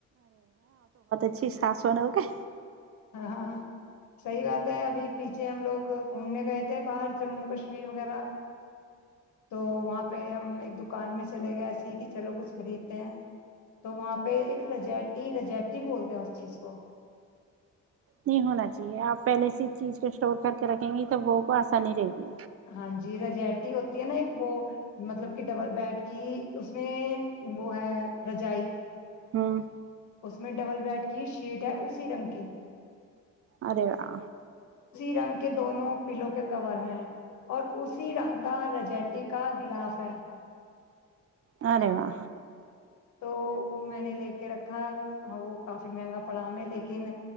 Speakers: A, on the right; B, on the left.
A: اچ شاسو ن ہو کیا
B: ہاں ہاں ہاں صحیح بات ہے ابھی پیچھے ہم لوگ گھومنے گئے تھے باہر جموں کشمیر وغیرہ تو وہاں پہ ہم ایک دکان میں چلے گئے ایسے ہی کہ چلو کچھ خریدتے ہیں تو وہاں پہ ایک رجیٹی رجائٹی بولتے ہیں اس چیز کو
A: نہیں ہونا چاہیے آپ پہلے سے چیز کو اسٹور کر کے رکھیں گی تب وہوں کو آسانی رہے گی
B: ہاں جی رجیٹی ہوتی ہے نا ایک وہ مطلب کہ ڈبل بیڈ کی اس میں وہ ہے رجائی
A: ہوں
B: اس میں ڈبل بیڈ کی شیٹ ہے اسی رنگ کی
A: ارے وا
B: رنگ کے دونوں پلوں کے کور ہیں اور اسی رنگ کا رجیٹی کا گلاف ہے
A: ہرے وا
B: تو وہ میں نے لے کے رکھا ہاں وہ کافی مہنگا پڑا ہم میں لیکن